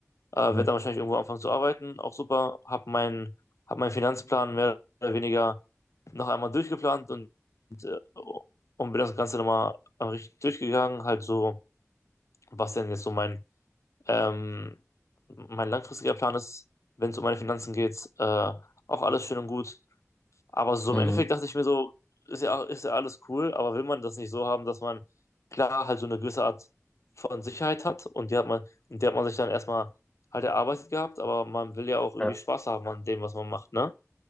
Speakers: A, on the left; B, on the left.
A: äh, werde
B: Mhm.
A: dann wahrscheinlich irgendwo anfangen zu arbeiten, auch super, habe meinen hab meinen Finanzplan mehr oder weniger noch einmal durchgeplant und, und, äh, und bin das Ganze nochmal äh, richtig durchgegangen, halt so, was denn jetzt so mein, ähm, mein langfristiger Plan ist, wenn es um meine Finanzen geht, äh, auch alles schön und gut, aber so
B: Mhm.
A: im Endeffekt dachte ich mir so, ist ja, ist ja alles cool, aber will man das nicht so haben, dass man klar halt so eine gewisse Art von Sicherheit hat und die hat man, und die hat man sich dann erstmal halt erarbeitet gehabt, aber man will ja auch irgendwie
B: Ja.
A: Spaß haben an dem, was man macht, ne?